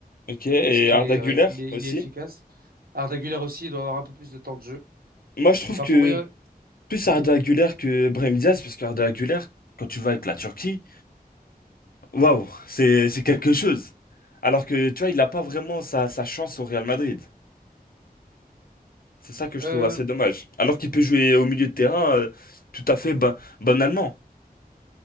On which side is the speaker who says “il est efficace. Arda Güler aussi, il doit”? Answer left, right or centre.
Right